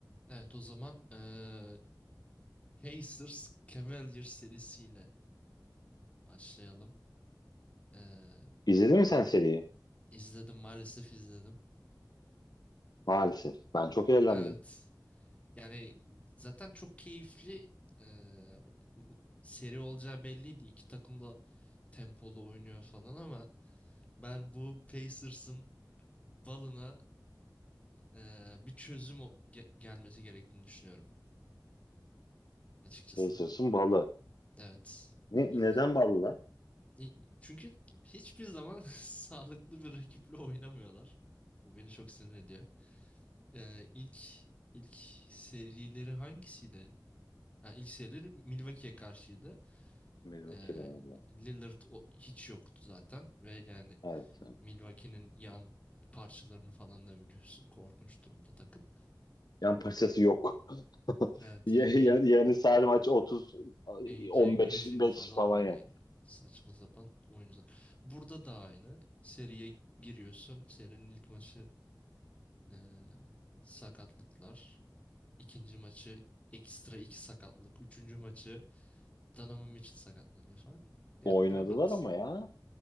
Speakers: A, on the left; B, on the left.
A: Evet o zaman eee, Pacers Cavaliers serisiyle başlayalım. Eee
B: İzledin mi sen seriyi?
A: izledim maalesef izledim.
B: Maalesef. Ben çok eğlendim.
A: Evet yani zaten çok keyifli eee, seri olacağı belliydi. İki takım da tempolu oynuyor falan ama ben bu Pacers'ın balına eee, bir çözüm o- ge- gelmesi gerektiğini düşünüyorum açıkçası.
B: Pacers'ın balı.
A: Evet.
B: Ne,
A: İlk
B: neden balı lan?
A: E, Çünkü hiçbir zaman <laughs> sağlıklı bir rakiple oynamıyorlar. Bu beni çok sinir ediyor. Ee, ilk ilk serileri hangisiydi? Ha, ilk serileri Milwaukee'ye karşıydı.
B: Milwaukee
A: Ee,
B: Bucks'la.
A: Lillard o- hiç yoktu zaten ve yani
B: Evet. evet.
A: Milwaukee'nin yan parçalarını falan da biliyorsun. Korkunç durumda takım.
B: Yan parçası yok. <laughs>
A: Evet
B: Ya-
A: yani
B: ya- Yani sadece maç 30
A: A- AJ
B: 15
A: Griffin
B: 5
A: falan
B: falan
A: var
B: yaptı.
A: yani. Saçma sapan oyuncular. Burada da aynı. Seriye giriyorsun. Serinin ilk maçı Ee, sakatlıklar. İkinci maçı ekstra iki sakatlık. Üçüncü maçı Donovan Mitchell sakatlanıyor falan. Yani
B: Oynadılar
A: berbat.
B: ama ya.